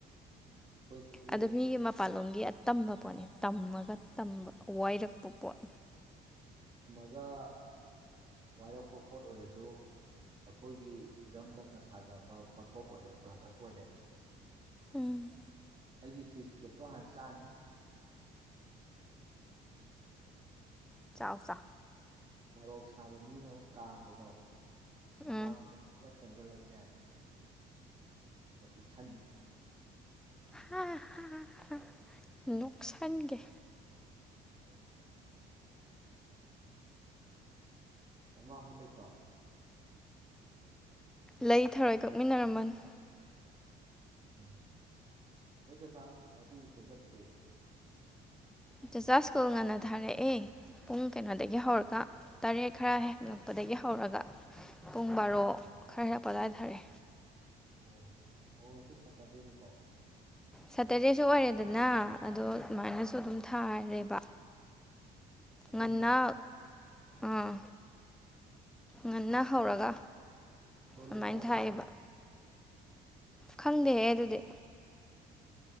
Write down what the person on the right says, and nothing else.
ꯑꯩꯈꯣꯏ ꯁꯤꯒꯤ
ꯄꯨꯖꯥ ꯋꯥꯏꯔꯛꯄ ꯄꯣꯠ ꯑꯣꯏꯔꯁꯨ ꯑꯩꯈꯣꯏꯒꯤ ꯏꯔꯝꯗꯝꯅ ꯁꯥꯖꯕ ꯄꯣꯊꯣꯛ ꯑꯣꯏꯔꯦ ꯄ꯭ꯔꯗꯛ ꯑꯣꯏꯔꯦ
ꯑꯩꯗꯤ ꯆꯤꯁ ꯀꯦꯛꯇꯣ ꯍꯥꯟꯅ ꯆꯥꯅꯤ
ꯋꯥꯣꯔꯣꯛ ꯁꯥꯕ ꯃꯤꯅ ꯑꯃꯨꯛ ꯀꯥꯝꯕꯗꯣ ꯃꯃꯥꯡꯗꯨꯗ
ꯆꯪꯁꯤꯜꯂꯒꯅꯦ ꯁꯤꯁꯟꯅꯤ
ꯎ <unintelligible> ꯃꯃꯥ ꯍꯣꯏ ꯂꯩꯇ꯭ꯔꯣ
ꯎꯝ ꯍꯣꯏ ꯆ ꯁꯥ ꯃꯥ ꯏꯀꯨꯟ ꯆꯠꯇꯔꯤ ꯀꯩ
ꯑꯣ ꯑꯣ ꯁꯤ ꯁꯇꯔꯗꯦꯅꯤꯀꯣ
ꯑꯇꯩ
ꯅꯣꯔꯃꯦꯜ
ꯆꯣꯂꯣ
ꯀꯦ
<inaudible>